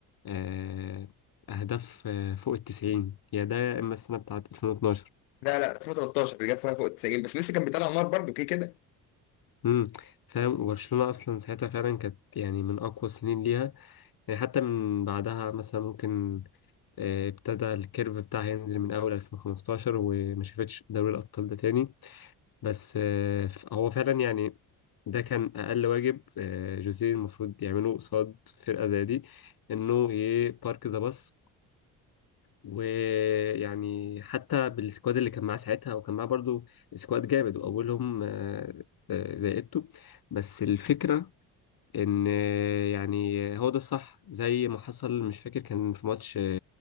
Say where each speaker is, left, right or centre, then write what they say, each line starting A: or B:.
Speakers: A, on the left; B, on the left.
A: آه، اهداف آه، فوق التسعين يا ده يا اما السنه بتاعت 2012
B: لا لا 2013 اللي جاب فيها فوق 90 بس لسه كان بيطلع نار برضه كده كده
A: امم فاهم وبرشلونه اصلا ساعتها فعلا كانت يعني من اقوى السنين ليها يعني حتى من بعدها مثلا ممكن آه، ابتدى الكيرف بتاعها ينزل من أول 2015 وما شافتش دوري الأبطال ده تاني بس آه، ف- هو فعلا يعني ده كان أقل واجب آه، جوزيه المفروض يعمله قصاد فرقة زي دي إنه يبارك ذا باص ويعني حتى بالسكواد اللي كان معاه ساعتها وكان معاه برضو سكواد جامد وأولهم آه، آه، زي إيتو بس الفكرة إن آه، يعني هو ده الصح زي ما حصل مش فاكر كان في ماتش